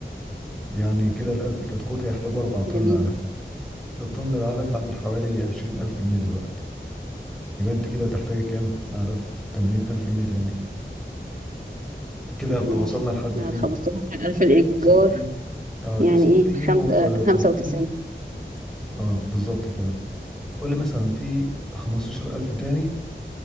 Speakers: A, in the centre; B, on the right.
A: يعني كده الألف كتكوت هيحتاجوا أربع طن
B: جميل
A: علف الطن العلف عامل حوالي عشرين ألف جنيه دلوقتي يبقى أنت كده هتحتاجي كام علف تمانين ألف جنيه تاني كده
B: ماشي
A: وصلنا لحد
B: مع
A: فين
B: ال 15000 الايجار
A: ستين اه
B: يعني
A: ستين
B: ايه خمس
A: وتمانين
B: آه، 95
A: اه بالظبط كده قولي مثلا في خمستاشر ألف تاني